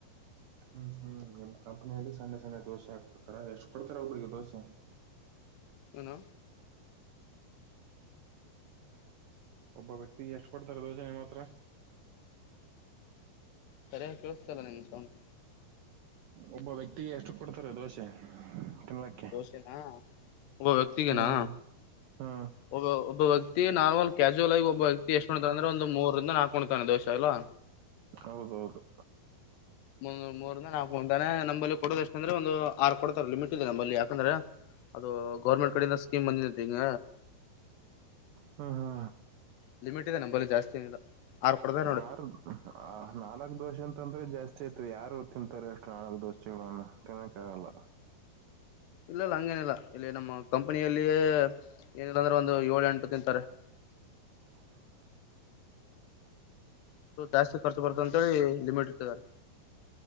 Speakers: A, on the right; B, on the left.
A: ಹ್ಮ್ ಹ್ಮ್ ನಿಮ್ ಕಂಪನಿಯಲ್ಲಿ ಸಂಡೆ ಸಂಡೆ ದೋಸೆ ಹಾಕ್ ಕೊಡ್ತಾರ ಎಷ್ಟ್ ಕೊಡ್ತಾರ ಒಬ್ರಿಗೆ ದೋಸೆ
B: ಏನು
A: ಒಬ್ಬ ವ್ಯಕ್ತಿಗೆ ಎಷ್ಕೊಡ್ತಾರೆ ದೋಸೆ ನಿಮ್ಮತ್ರ
B: ಸರಿಯಾಗಿ ಕೇಳಿಸ್ತಲ್ಲ ನಿನ್ ಸೌಂಡ್
A: ಒಬ್ಬ ವ್ಯಕ್ತಿಗೆ ಎಷ್ಟು ಕೊಡ್ತಾರೆ ದೋಸೆ ತಿನ್ಲಕ್ಕೆ
B: ದೋಸೆನಾ ಒಬ್ಬ ವ್ಯಕ್ತಿಗೆನಾ
A: ಹ್ಮ್ ಹ್ಮ್
B: <unintelligible> ಒಬ್ಬ ತಿ ನಾರ್ಮಲ್ ಕ್ಯಾಶುವಲ್ ಆಗಿ ಒಬ್ಬ ವ್ಯತಿಷ್ಟು ಹೊ್ತ ಅಂದ್ರೆ ಒಂದು ಮೂರಿಂದ ನಾಕು ಹೊಣ್ತಾನೆ ದೋಷ ಎಲ್ಲ
A: ಹೌದೌದು
B: ಮುಂ <unintelligible> ಮೂರ್ಂದ ನಾಲ್ಕು ಮೂಂದ ತಾನೇ ನಂಬಲ್ಲಿ ಕೊಡೋದು ಎಷ್ಟ ಅಂದ್ರೆ ಒಂದು ಆರು ಕೊಡ್ತಾರೆ ಲಿಮಿಟ್ ಇದೆ ನಂಬಲ್ಲಿ ಯಾಕಂದ್ರೆ ಅದು ಗೌರ್ಮೆಂಟ್ ಕಡಿಂದ ಸ್ಕೀಮ್ ಬಂದತೆ ಈಂಗ
A: ಹ್ಮ ಹ್ಮ
B: ಲಿಮಿಟ್ ಇದೆ ನಂಬಲ್ಲಿ ಜಾಸ್ತಿ ಏನಿಲ್ಲ ಆರು ಕೊಡ್ತಾರ ನೋಡಿ
A: ಆರ್ ಆ ನಾಲ್ಕ್ ದೋಸೆ ಅಂತಂದ್ರೆ ಜಾಸ್ತಿ ಚೇತು ಯಾರು ತಿಂತಾರೆ ಅಷ್ಟು ನಾಲ್ಕು ದೋಸೆಗಳನ್ನ ತಿನ್ನೋಕ್ ಆಗಲ್ಲ
B: ಇಲ್ಲ ಇಲ್ಲ ಹಂಗೇನಿಲ್ಲ ಇಲ್ಲಿ ನಮ್ಮ ಕಂಪನಿಯಲ್ಲಿಯ ಏನಿಲ್ಲ ಅಂದ್ರೆ ಒಂದು ಏಳ ಎಂಟು ತಿಂತಾರೆ <inaudible>
A: ಹ <inaudible>
B: ಚೂರ್ ಜಾಸ್ತಿ ಖರ್ಚು ಬರ್ತಂತೇಳಿ ಲಿಮಿಟ್ ಇಟ್ಟಿದ್ದಾರೆ